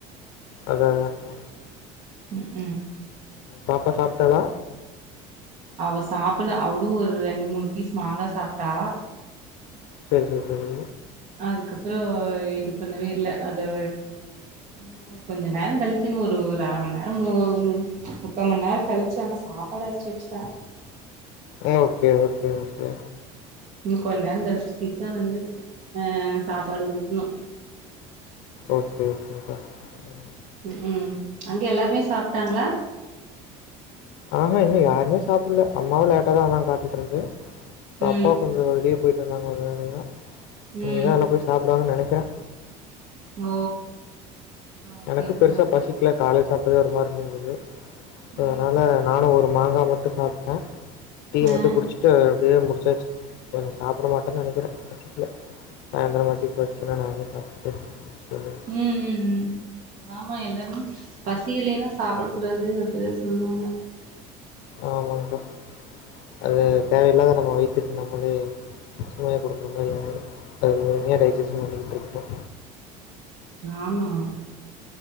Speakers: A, on the left; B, on the right.
A: அத்தா அத்தா
B: ம் ம்
A: பாப்பா சாப்ட்டாளா
B: அவ சாப்பிட்ல அவளு ஒரு ரெண்டு மூனு பீஸ் மாங்கா சாப்ட்டா
A: சேர் சேர் சேரி
B: அதுக்கப்றோ இது பண்ணவே இல்ல அத இன்னு கொஞ்ச நேரோ கழிச்சி ஒரு ஒரு அர மணி நேர மு முக்கா மண் நேரோ கழிச்சு ஆனா சாப்பாடு அரைச்சு வச்சுட்ட
A: ஓக்கே ஓக்கே ஓக்கே
B: இன்னும் கொஞ்ச நேரோ கழிச்சிக் கீதுதா வந்து அ சாப்பாடு ஊட்ணு
A: ஓக்கே ஓக்கே க்கா வே
B: ம் ம் அங்க எல்லாருமே சாப்டாங்ளா
A: அ அ இன்னும் யாருமே சாப்பிட்ல அம்மாவு லேட்டா தா வந்தாங்க காட்டுல இருந்து
B: ம்
A: அப்பா கொஞ்சோ லீவ் போயிட்டு வந்தாங்க ஒரு வேலயா
B: ம்
A: இனிதா எல்லா போய் சாப்பிடுவாங்கன்னு நெனைக்கிறே
B: ஓ ஓகே
A: எனக்கும்
B: ஓகே
A: பெருசா
B: ஓகே
A: பசிக்கல காலைல சாப்ட்டதே ஒரு மாறி இருந்தது சோ
B: ம்
A: அதனால நானும் ஒரு மாங்கா மட்டு சாப்ட்ட டீ மட்டு
B: ஆ
A: குடிச்சுட்டு அப்டியே முடிச்சாச்சு இப்ப நீ சாப்பிட மாட்டேன்னு நெனைக்கிற பசிக்கில சாயந்தர மாட்டி பசி சின்னா நா வேணா சாப் து முடிச்சிட்டு வந்துரு
B: ம் ம் ம் ஆமா எல்லாருமே பசியிலன்னா சாப்பிடக் கூடாது அப்டிதா சொல்லுவாங்க
A: ஆமாங்கா அது
B: ம்
A: தேவையில்லாத நம்ம வயித்துக்கு நம்மளே சுமைய குடுக்குற மாறி இதாயிரும் அது முழுமையா டைஜிசன் பண்ணிட்டு இருக்கும்
B: ஆமா